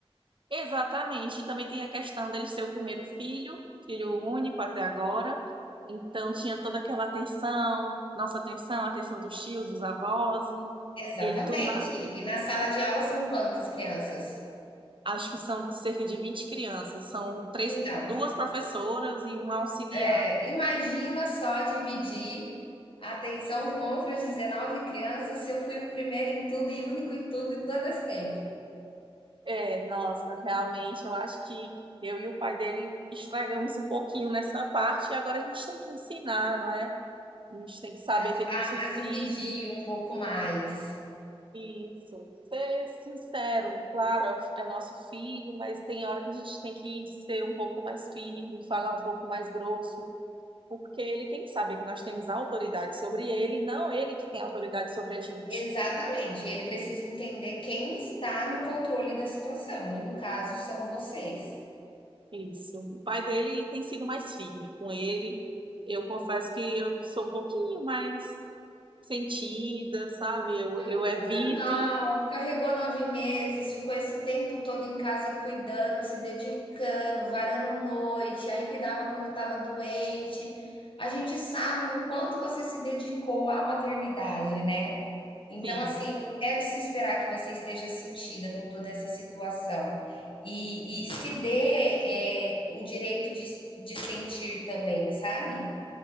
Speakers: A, on the right (about 55°); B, on the left (about 60°).
A: exatamente. E também tem a questão dele ser o primeiro filho, filho único até agora. Então tinha toda aquela atenção, nossa atenção, a atenção dos tios, dos avós. E
B: Exatamente.
A: ele do na...
B: E na sala de aula são quantas crianças?
A: acho que são cerca de 20 crianças, são três,
B: Então,
A: duas professoras e um auxiliar.
B: é, imagina só dividir a atenção com outras 19 crianças se eu fui o primeiro em tudo e único em tudo em todo esse tempo.
A: É, nossa, realmente eu acho que eu e o pai dele estragamos um pouquinho nessa parte e agora a gente tem que ensinar, não é? A gente tem que saber
B: A,
A: ter curso
B: a, a dividir
A: firme,
B: um pouco mais.
A: isso. Ser sincero, claro, é o- é nosso filho, mas tem hora que a gente tem que ser um pouco mais firme, falar um pouco mais grosso, porque ele tem que saber que nós temos autoridade sobre ele, e não ele que tem autoridade sobre a gente.
B: Exatamente. Ele precisa entender quem está no controle da situação. E no caso, são vocês.
A: Isso. O pai dele tem sido mais firme com ele. Eu confesso que eu sou um pouquinho mais sentida, sabe? Eu, eu
B: Mas
A: evito,
B: é normal. Carregou nove meses, ficou esse tempo todo em casa cuidando, se dedicando, varando noite, aí cuidava quando eu tava doente. A gente sabe o quanto você se dedicou à maternidade, né? Então,
A: sim,
B: assim, é de se esperar que você esteja sentida com toda essa situação. E, e se dê, é, o direito de, de sentir também, sabe?